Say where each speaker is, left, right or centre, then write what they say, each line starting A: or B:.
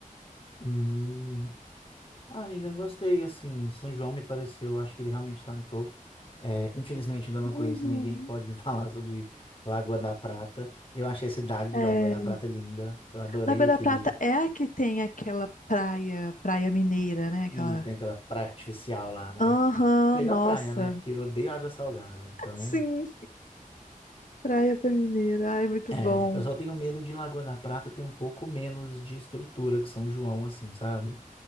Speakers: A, on the left; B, on the left.
A: Hum, ah, amiga, eu gostei. Assim, São João me pareceu, acho que ele realmente está no topo. É, infelizmente, ainda não
B: Uhum.
A: conheço ninguém que pode me <laughs> falar sobre Lagoa da Prata. Eu achei a cidade de
B: É...
A: Lagoa da Prata linda. Eu adorei
B: Lagoa
A: aquele.
B: da Prata é a que tem aquela praia, praia mineira, né? Aquela.
A: E tem aquela praia artificial lá, né?
B: Aham,
A: Melhor
B: nossa.
A: praia, né? Porque eu odeio água salgada. Então,
B: Sim. Praia pra mineira. Ai, muito
A: é,
B: bom.
A: eu só tenho medo de Lagoa da Prata ter um pouco menos de estrutura que São João, assim, sabe?